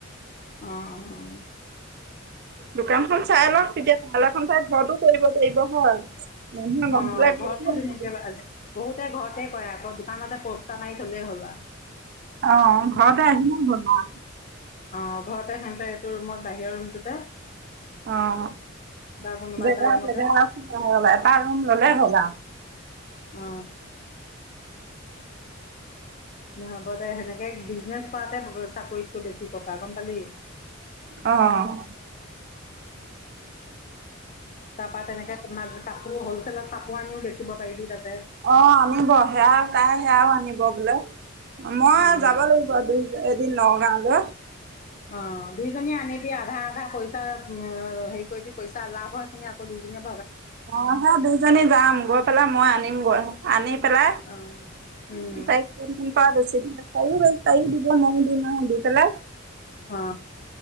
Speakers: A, on the left; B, on the right.
A: অ' - অ' - অ'।
B: দোকানখন চাই লওঁক। তেতিয়া <unintelligible> ঘৰতো কৰিব পাৰিব, হয়! মানুহে গম
A: অঁ
B: পালে
A: ঘৰতো
B: আহিব।
A: ধুনীয়াকৈ <unintelligible> বহুতে ঘৰতে কৰে আকৌ দোকানতে পস্তাৰ মাৰি থলেই হ'ল আৰ
B: অহ ঘৰতে <unintelligible>
A: অঁ ঘৰতে সেন্তৰ এইটো ৰুমত বাহিৰৰ ৰুমটোতে
B: অঁ
A: বা কোনোবা
B: জেগা
A: এটা ৰুমতে
B: জেগা অ ৰবা এটা ৰুম ললে হ'ল আৰু।
A: অ! দে হ'ব দে সেনেকে বিজনেছ কৰাতে চাকৰিততটো বেছি টকা গম পালি?
B: অ অ অ।
A: তাৰপা তেনেকে তোমাৰ কাপোৰো হ'ল ল কাপোৰ আনিও বেচিব পাৰিবি তাত
B: অ আনিব সেয়াও, তাই সেয়াও আনিব বোলে। মই
A: উম!
B: যাব লাগিব দুই এদিন নগাঁওলৈ।
A: অহ দুইজনীয়ে আনিবি আধা আধা পইচা উম হেৰি কৰিবি পইচা লাভ হোৱাখিনি আকৌ দুজনীয়ে
B: অ সেই দুইজনী যাম গৈ পেলাই মই আনিম গৈ। আনি পেলাই
A: অ
B: <unintelligible>
A: উম
B: তাইও দিব মইয়ো দিম আৰু দি পেলাই
A: অ!